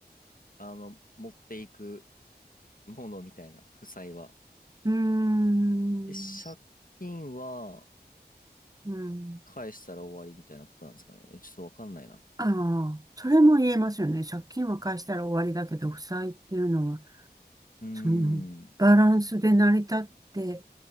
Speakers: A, on the left (about 55°); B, on the right (about 20°).
A: あの、持っていくものみたいな、負債は。
B: うん、
A: で、借金は
B: うん。
A: 返したら終わりみたいなことなんですかね。えちょっとわかんないな。
B: ああ、それも言えますよね。借金は返したら終わりだけど、負債っていうのは、
A: うーん、
B: その、バランスで成り立って、